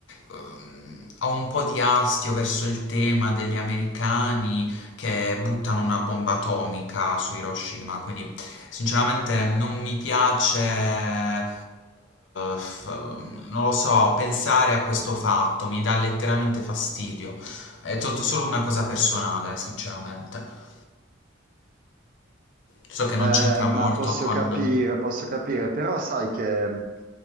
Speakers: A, on the left; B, on the right.
A: ehm, ho un po' di astio verso il tema degli americani che buttano una bomba atomica su Hiroshima, quindi sinceramente non mi piace, eh, f- non lo so, pensare a questo fatto, mi dà letteralmente fastidio. È tutto solo una cosa personale, sinceramente. So che non
B: Eh,
A: c'entra molto
B: ma posso
A: con...
B: capire, posso capire, però sai che